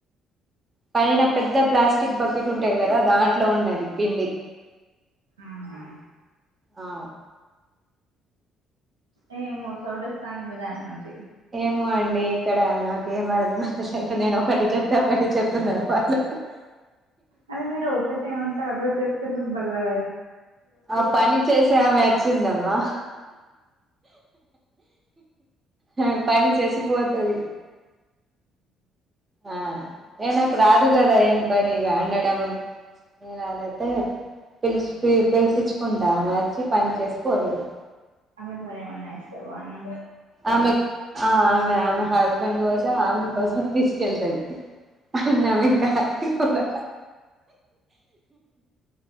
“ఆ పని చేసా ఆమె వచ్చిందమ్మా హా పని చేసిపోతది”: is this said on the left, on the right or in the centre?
Right